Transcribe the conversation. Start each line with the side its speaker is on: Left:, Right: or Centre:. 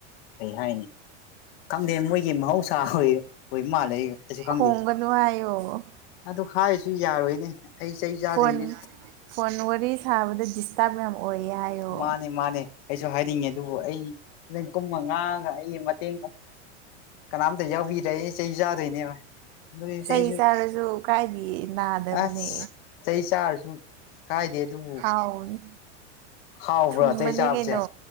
Left: ꯀꯩ ꯍꯥꯏꯅꯤ ꯈꯪꯗꯦ ꯃꯣꯏ ꯒꯤ ꯃꯍꯧꯁꯥ <unintelligible> ꯃꯥꯜꯂꯦ ꯑꯩ ꯀꯩꯁꯨ ꯈꯪꯗꯦ
Right: ꯈꯣꯡꯒꯅꯨ ꯍꯥꯏꯌꯣ
Left: ꯑꯗꯨ ꯍꯥꯏ ꯁꯨ ꯌꯥꯔꯣꯏꯅꯦ ꯑꯩ ꯆꯩ ꯆꯥꯗꯣꯏꯅꯤ
Right: ꯐꯣꯟ ꯐꯣꯟ ꯋꯥꯔꯤ ꯁꯥꯕꯗ ꯗꯤꯁꯇꯥꯔꯕ ꯌꯥꯝ ꯑꯣꯏꯌꯦ ꯍꯥꯏꯌꯣ
Left: ꯃꯥꯅꯦ ꯃꯥꯅꯦ ꯑꯩꯁꯨ ꯍꯥꯏꯅꯤꯡꯉꯤ ꯑꯗꯨꯕꯨ ꯑꯩ ꯅ ꯀꯨꯝꯃ ꯉꯥꯡꯉꯒ ꯑꯩꯒꯤ ꯃꯇꯦꯡ ꯀꯅꯥꯝꯇ ꯌꯥꯎꯕꯤꯗꯔ꯭ꯦ ꯑꯩ ꯆꯩ ꯆꯥꯗꯣꯏꯅꯦꯕ ꯑꯗꯨꯏꯁꯨ
Right: ꯆꯩ
Left: ꯑꯩꯁꯨ
Right: ꯆꯥꯔꯁꯨ ꯀꯥꯏꯗꯤꯌꯦ ꯅꯥꯗꯕꯅꯦ
Left: ꯑꯁ ꯆꯩ ꯆꯥꯔꯁꯨ ꯀꯥꯏꯗꯦ ꯑꯗꯨꯕꯨ
Right: ꯍꯥꯎꯕꯅꯤ
Left: ꯍꯥꯎꯕ꯭ꯔꯣ
Right: ꯊꯨꯝꯕꯅꯦ
Left: ꯆꯩ ꯆꯥꯕꯁꯦ
Right: ꯀꯩꯅꯣ